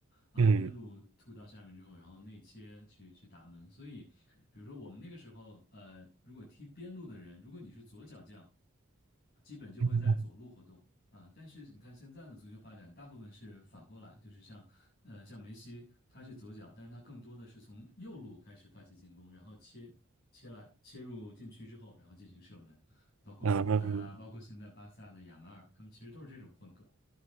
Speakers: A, on the left; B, on the right.
A: 啊，
B: 嗯
A: 边路突到下面之后，然后内切去去打门。所以，比如说我们那个时候，呃，如果踢边路的人，如果你是左脚将，基本就会在左路活动。
B: 嗯。
A: 啊，但是你看现在的足球发展，大部分是反过来，就是像，呃，像梅西，他是左脚，但是他更多的是从右路开始发起进攻，然后切切来切入禁区之后，然后进行射门，包括鲁本啊，
B: 嗯，
A: 包括现在巴萨的亚马尔，他们其实都是这种风格。